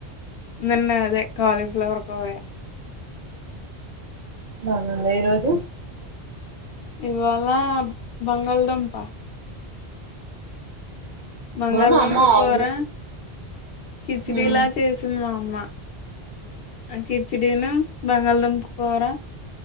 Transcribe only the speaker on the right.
బానంది ఈరోోజు
మా అమ్మ ఆలు
ఉమ్